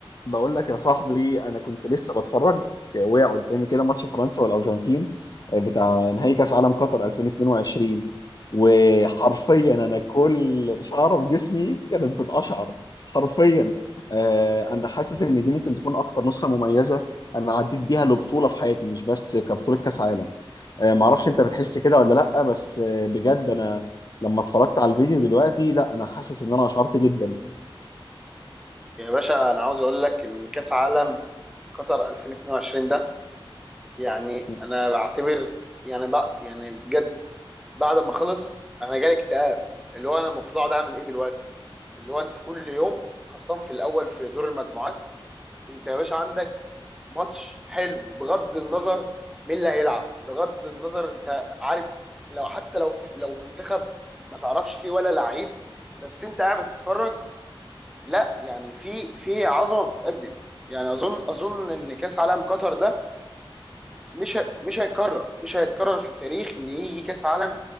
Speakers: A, on the left; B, in the centre.
A: بقول لك يا صاحبي انا كنت لسه بتفرج وقع قدامي كده ماتش فرنسا والارجنتين آه، بتاع نهائي كاس عالم قطر 2022 وحرفيا انا كل شعره في جسمي كانت بتقشعر حرفيا آه، انا حاسس ان دي ممكن تكون اكتر نسخه مميزه انا عديت بيها لبطوله في حياتي مش بس كبطوله كاس عالم آه، معرفش انت بتحس كده ولا لا بس آه، بجد انا لما اتفرجت على الفيديو دلوقتي لا انا حاسس ان انا اشعرت جدا
B: يا باشا انا عاوز اقول لك ان كاس عالم قطر 2022 ده يعني
A: م-
B: انا بعتبر يعني بقى يعني بجد بعد ما خلص انا جالي اكتئاب اللي هو انا المفروض اقعد اعمل ايه دلوقتي اللي هو انت كل يوم خاصة في الاول في دور المجموعات انت يا باشا عندك ماتش حلو بغض النظر مين اللي هيلعب بغض النظر انت عارف لو حتى لو لو منتخب ما تعرفش فيه ولا لعيب بس انت قاعد بتتفرج لا يعني في في عظمه بتتقدم يعني اظن اظن ان كاس عالم قطر ده مش ه- مش هيتكرر مش هيتكرر في التاريخ ان يجي كاس عالم